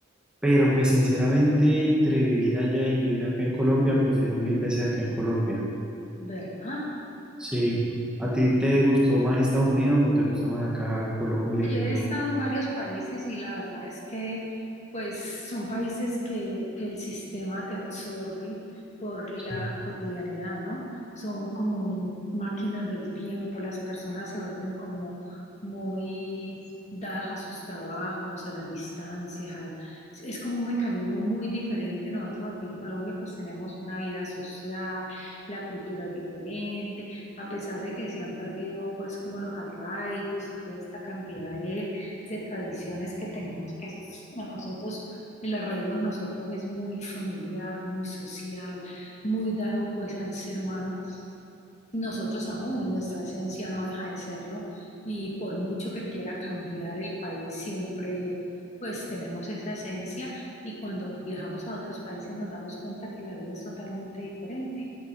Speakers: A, in the centre; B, on the left (about 35°).
A: Pero pues sinceramente, entre vivir allá y vivir acá en Colombia, prefiero mil veces acá en Colombia.
B: ¿Verdad?
A: Sí, ¿a ti te gustó más Estados Unidos o te gusta más acá Colombia
B: Pues
A: y
B: Yo he
A: todo
B: estado
A: eso?
B: en varios países y la verdad es que pues son países que, que el sistema te absorbe por la
A: Sí,
B: cotidianidad, ¿no? Son como máquinas del tiempo, las personas se vuelven como muy dadas a sus trabajos, a las distancias, a- es como un mecanismo muy diferente. Nosotros aquí en Colombia pues tenemos una vida social, la cultura es diferente. a pesar de que se han perdido pues como los arraigos y toda esta cantidad de, de tradiciones que tenemos, que es- a nosotros, el arraigo de nosotros es muy familiar, muy social, muy dado pues al ser humano. Nosotros aún, en nuestra esencia no deja de serlo y por mucho que quiera cambiar el país, siempre pues tenemos esa esencia y cuando viajamos a otros países nos damos cuenta que la vida es totalmente diferente